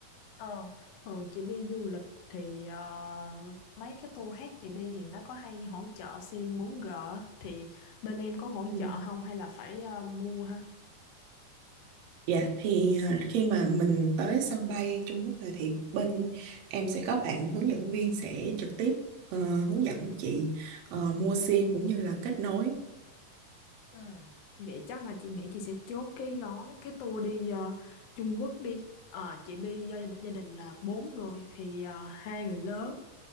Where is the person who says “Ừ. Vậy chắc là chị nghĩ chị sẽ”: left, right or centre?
Left